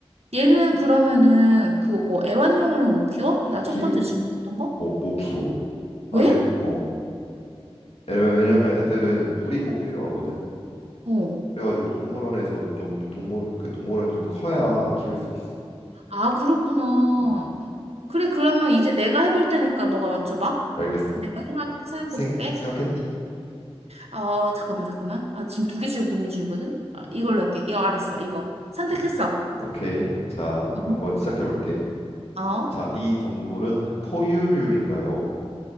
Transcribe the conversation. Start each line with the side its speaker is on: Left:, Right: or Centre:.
Right: 얘는 그러면은 그거 애완용을 못 키워? 나 첫
Left: 키어
Right: 번째 질문했던 거?
Left: 못 키워 아직
Right: 왜?
Left: 어. 왜냐면 왜냐면
Right: 왜?
Left: 애들은 물이 꼭 필요하거든.
Right: 어.
Left: 그래가지고 동물원에서도 좀 동물 그 동물원 좀 커야 키울 수 있어.
Right: 아, 그렇구나.
Left: 음,
Right: 그래, 그러면 이제 내가 해볼 테니까 너가 맞춰봐.
Left: 음, 알겠어.
Right: 내가 생각, 생각해
Left: 생
Right: 볼게.
Left: 생각했니?
Right: 어, 잠깐만, 잠깐만. 아, 지금 두 개 지금 고민 중이거든? 아,
Left: 음,
Right: 이걸로 할게. 이거 알았어, 이거. 선택했어.
Left: 오케이. 오케이. 자,
Right: 음.
Left: 한번 시작해 볼게.
Right: 어?
Left: 자, 이 동물은 포유류인가요?